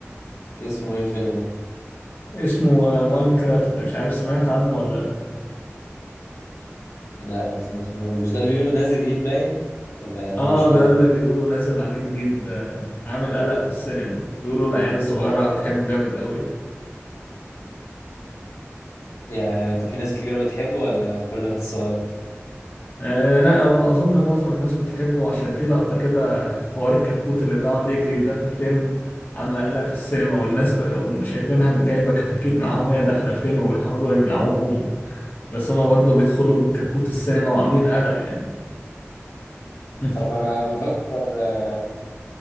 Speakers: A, on the left (about 85°); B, on the left (about 45°).
A: ايه اسمه ايه الفيلم ده؟
B: اسمه آه ماينكرافت مش عارف سمعت عنه ولا لأ
A: لا بس أنا سمعت- مش ده اللي بيقولوا نازل جديد باين؟ ولا
B: اه
A: ولا مش هو؟
B: ده اللي بيقولوا نازل عليه جديد آه عامل قلق في السينما بيقولوا العيال الصغيرة بتحبه جامد قوي
A: يعني طب في ناس كبيرة بتحبه ولا كله <laughs> ناس صغيرة؟
B: آه لا هو أظن معظم الناس بتحبه عشان في لقطة كده حوار الكتكوت اللي بيقعد يجري ده في الفيلم عاملة قلق في السينما والناس بقى شايفينها جايبة كتاكيت معاهم وهي داخلة الفيلم وبيحاولوا يمنعوهم بس هما برضه بيدخلوا بالكتكوت السينما وعاملين قلق يعني <laughs>
A: طب انا بفكر آه